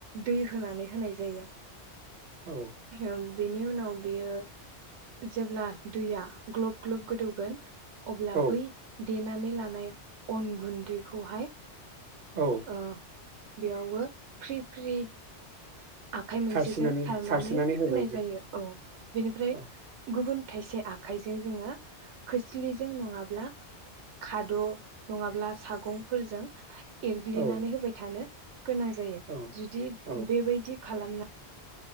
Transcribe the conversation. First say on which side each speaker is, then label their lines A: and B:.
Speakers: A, on the right (about 80°); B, on the right (about 55°).
A: दै होनानै होनाय जायो।
B: औ
A: ओं बेनि उनाव बियो जेब्ला दैया ग्लब ग्लब गोदौगोन अब्ला
B: औ
A: बै देनानै लानाय अन गुन्दैखौहाय
B: औ
A: ओ बेयावबो फ्रि फ्रि आखाइ मोनसेजों
B: सारस्रिनानै
A: सारनानै
B: सारस्रिनानै होबाय
A: होनाय जायो औ बेनिफ्राय
B: औ
A: गुबुन थाइसे आखाइजों जोङो खोस्लिजों नङाब्ला खाद' नङाब्ला सागंफोरजों एरग्लिनानै
B: औ
A: होबाय थानो गोनां जायो
B: औ
A: जुदि
B: औ
A: बेबायदि खालामनाय